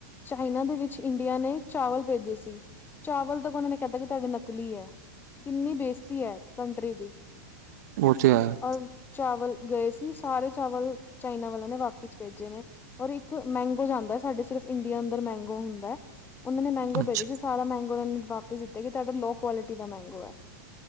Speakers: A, on the left (about 20°); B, on the right (about 65°).
A: ਚਾਈਨਾ ਦੇ ਵਿੱਚ ਇੰਡੀਆ ਨੇ ਚਾਵਲ ਭੇਜੇ ਸੀ। ਚਾਵਲ ਤੱਕ ਉਹਨਾਂ ਨੇ ਕਹਿਤਾ ਕਿ ਤੁਹਾਡੇ ਨਕਲੀ ਐ ਕਿੰਨੀ ਬੇਜ਼ਤੀ ਐ ਕੰਟਰੀ ਦੀ।
B: ਓਹ ਤੇ ਹੈ।
A: ਔਰ ਚਾਵਲ ਗਏ ਸੀ, ਸਾਰੇ ਚਾਵਲ ਚਾਈਨਾ ਵਾਲਿਆਂ ਨੇ ਵਾਪਿਸ ਭੇਜੇ ਨੇ। ਔਰ ਇੱਕ ਮੈਂਗੋ ਜਾਂਦਾ ਸਾਡੇ ਸਿਰਫ਼ ਇੰਡੀਆ ਅੰਦਰ ਮੈਂਗੋ ਹੁੰਦਾ, ਉਨ੍ਹਾਂ ਨੇ ਮੈਂਗੋ
B: ਅੱਛਾ
A: ਭੇਜੇ ਸੀ। ਸਾਰਾ ਮੈਂਗੋ ਇਹਨਾਂ ਵਾਪਿਸ ਦਿੱਤੇ ਕਿ ਤਾਡਾ ਲੋਅ ਕੁਆਲਿਟੀ ਦਾ ਮੈਂਗੋ ਐ।